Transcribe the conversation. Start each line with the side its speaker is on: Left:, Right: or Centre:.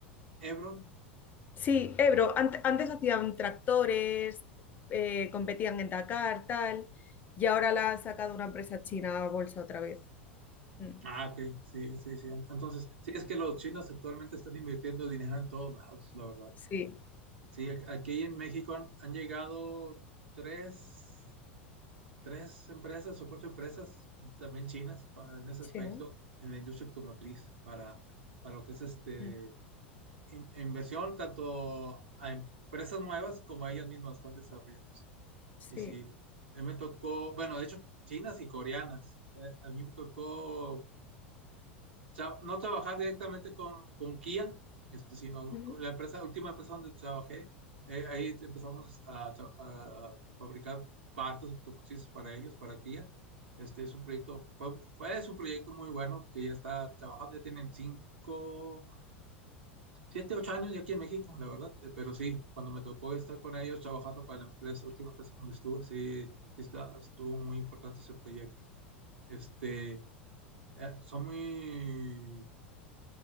Right: Hebron.
Left: Sí, Ebro, ant- antes hacían tractores, eh, competían en Dakar, tal, y ahora la ha sacado una empresa china a bolsa otra vez. Mm.
Right: Ah, ok. Sí, sí, sí. Entonces, sí, es que los chinos actualmente están invirtiendo dinero en todos lados, la verdad.
Left: Sí,
Right: Sí, ac- aquí en México han, han llegado tres, tres empresas o cuatro empresas también chinas pa- en ese
Left: sí,
Right: aspecto,
Left: ¿no?
Right: en la industria automotriz, para, para lo que es este
Left: Mm.
Right: in- inversión, tanto a empresas nuevas como a ellas mismas están desarrollándose.
Left: Sí.
Right: Y sí, a mí me tocó, bueno, de hecho, chinas y coreanas. Eh, a mí me tocó tra- no trabajar directamente con, con Kia, este, sino
Left: Ujú.
Right: con la empresa, la última empresa donde trabajé, eh, ahí empezamos a, tra- a fabricar partes automotrices para ellos, para Kia. Este es un proyecto, fue, fue es un proyecto muy bueno que ya está trabajando, ya tienen cinco Siete, ocho años ya aquí en México, la verdad, eh, pero sí, cuando me tocó estar con ellos trabajando para la empresa, última empresa donde estuve, sí, sí está- estuvo muy importante ese proyecto. Este, eh, son muy,